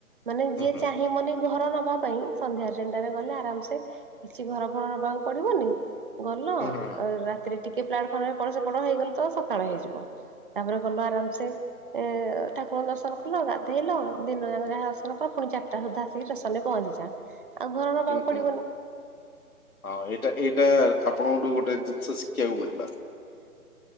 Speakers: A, on the right; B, on the left.
A: ମାନେ ଯିଏ
B: ହୁଁ
A: ଚାହିଁ ମନି ଘର ନବା ପାଇଁ ସନ୍ଧ୍ୟା ଟ୍ରେନ୍ ଟାରେ ଗଲେ ଆରାମସେ କିଛି ଘର ଫର ନବାକୁ ପଡିବନି ଗଲ
B: ହୁଁ ହୁଁ ହୁଁ
A: ରାତିରେ ଟିକେ ପ୍ଲାଟଫର୍ମରେ ପ ହେଇଗଲେ ତ ସକାଳ ହେଇଯିବ। ତାପରେ ଗଲ ଆରାମ୍ସେ। ଏ ଠାକୁରଙ୍କୁ ଦର୍ଶନ କଲ, ଗାଧେଇଲ, ଦିନଯାକ ଯାହା ଦର୍ଶନ କଲ ପୁଣି ଚାରିଟା ସୁଦ୍ଧା ଆ ଆସିକି ଷ୍ଟେସନ୍ ରେ ପହଞ୍ଚିଯିବା। ଆଉ ଘର ନବାକୁ
B: ହୁଁ ହୁଁ।
A: ପଡିବନି।
B: ହଁ ଏଇଟା ଏଇଟା ଆପଣଙ୍କଠୁ ଗୋଟେ ଜିନିଷ ଶିଖିବାକୁ ମିଳିଲା।